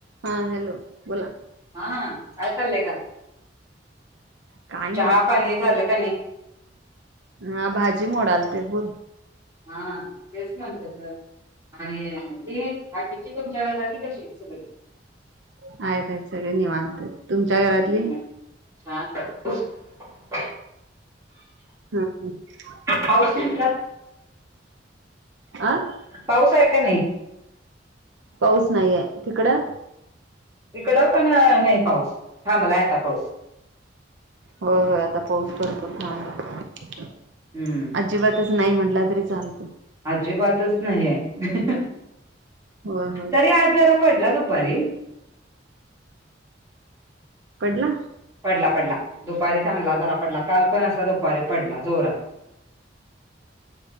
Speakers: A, on the right; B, on the right.
A: हा हॅलो, बोला.
B: हां. काय चाललंय गं?
A: काय नाही
B: चहा पाणी झालं का नाही?
A: हा भाजी मोडालते, बोल.
B: हां. तेच म्हणलं गं. अन देठ भाजी ची तुमच्याक झाली का शेक सगळी?
A: आहेत आहेत सगळे निवांत. तुमच्या घरातली?
B: हं, <unintelligible>
A: हां हां.
B: पाऊस यील का?
A: आं?
B: पाऊस आहे का नाही?
A: पाऊस नाहीये. तिकडं?
B: इकडं पण नाही पाऊस. थांबलाय आता पाऊस.
A: होय होय आता पाऊस भरपूर थांबला.
B: हं.
A: अजिबातच नाही म्हटलं तरी चालते.
B: अजिबातच नाही आहे.
A: होय होय
B: तरी आज जरा पडला दुपारी.
A: पडला?
B: पडला पडला. दुपारी चांगला जरा पडला. काल पण असा दुपारी पडला जोरात.